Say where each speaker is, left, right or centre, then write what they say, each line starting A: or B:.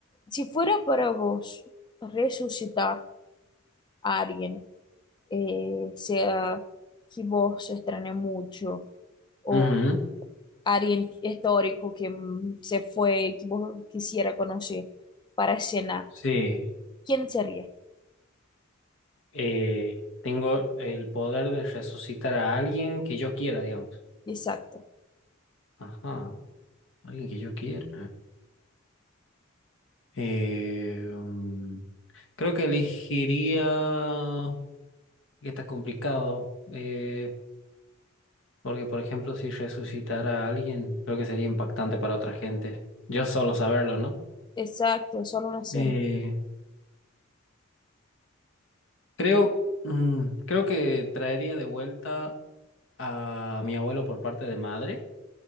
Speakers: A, on the left; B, on the left.
A: si fuera para vos resucitar a alguien, eh, sea que vos extrañe mucho o
B: Ujú,
A: alguien histórico que mm, se fue, que vos quisiera conocer para escena,
B: Sí.
A: ¿quién sería?
B: Eh, tengo el poder de resucitar a alguien que yo quiera, digamos.
A: Exacto,
B: Ajá, alguien que yo quiera. Eh, mm, creo que elegiría... que está complicado. eh, porque, por ejemplo, si resucitara a alguien, creo que sería impactante para otra gente. Yo solo saberlo, ¿no?
A: exacto, solo una cena.
B: Eh, creo, mm, creo que traería de vuelta a mi abuelo por parte de madre.